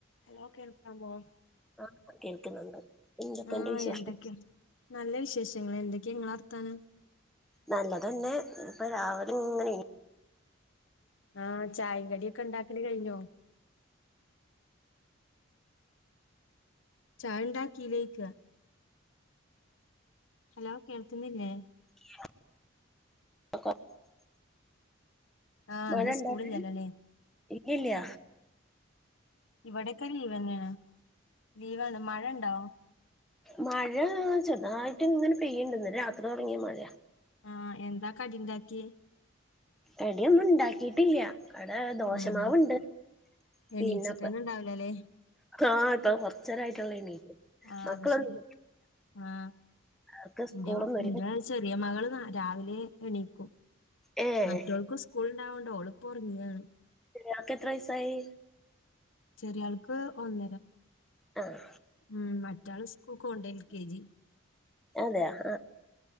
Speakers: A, on the left; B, in the centre.
A: ഹലോ കേൾക്കാമോ.
B: ആഹ, കേൾക്കുന്നുണ്ട് എന്തൊക്കെണ്ട്
A: ആഹ്
B: വിശേഷം.
A: എന്തൊക്കെ നല്ല വിശേഷങ്ങൾ. എന്തൊക്കെ നിങ്ങളെ വർത്താനം.
B: നല്ലതെന്നെ ഇപ്പൊ രാവിലെങ്ങനെ.
A: ആഹ, ചായിം കടിയൊക്കെ ഉണ്ടാക്കല് കഴിഞ്ഞോ? ചായണ്ടാക്കിയിലേയ്ക്ക? ഹലോ കേൾക്കുന്നില്ലേ?
B: <inaudible>
A: ആഹ്
B: മഴണ്ടാവടേ?
A: ഇന്ന് സ്കൂളില്ലല്ലോല്ലേ
B: ഇല്ലല്ല.
A: ഇവിടൊക്കെ ലീവെന്നെയാണ്. ലീവാണ് മഴ ഉണ്ടോ?
B: മഴ ചെർതായിട്ടിങ്ങനെ പെയ്യീണ്ട്. ഇന്നലെ രാത്രി തൊടങ്ങിയ മഴ
A: ആഹ എ, ന്താ കടി ഇണ്ടാക്യെ.
B: അടിയൊന്നും ഉണ്ടാക്കീട്ടില്ല. അവടെ ദോഷമാവുണ്ട്.
A: ഉം എണീച്ചിട്ടെന്നെ
B: പിന്നെപ്പ
A: ഇണ്ടാവൂലല്ലേ
B: ആ ഇപ്പൊ. ച്ചരായിട്ടുല്ലേണീ
A: ആഹ്
B: മക്കളൊന്ന
A: അത് ശരി ആഹ്
B: അവർക്ക് സ്കൂളൊന്നും
A: ഇന്റെ ഇന്റെ ചെറിയ മകൾ രാവിലെ എണീക്കും.
B: ഏഹ്
A: മറ്റൊൾക്ക്. സ്കൂളുണ്ടാവുണ്ട് ഓളിപ്പം ഒറങ്ങാ.
B: ആക്കെ എത്ര വയസായി?
A: ചെറിയ ആൾക്ക് ഒന്നിനും.
B: ആഹ,
A: ഉം. മറ്റാള് സ്കൂൾക്ക്ക്കോണ്ട് എൽ. കെ. ജി.
B: അതെയ ആഹ,